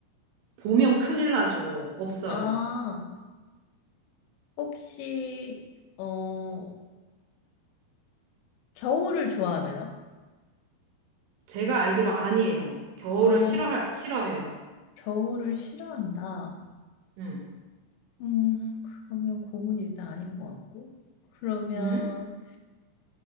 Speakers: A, on the right (about 80°); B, on the left (about 85°).
A: 보면 큰일 나죠. 없어요.
B: 아, 혹시, 어, 겨울을 좋아하나요?
A: 제가 알기로 아니에요. 겨울을
B: 어,
A: 싫어, 싫어해요.
B: 겨울을 싫어한다.
A: 음,
B: 음, 그러면 곰은 일단 아닌 것 같고. 그러면,
A: 음?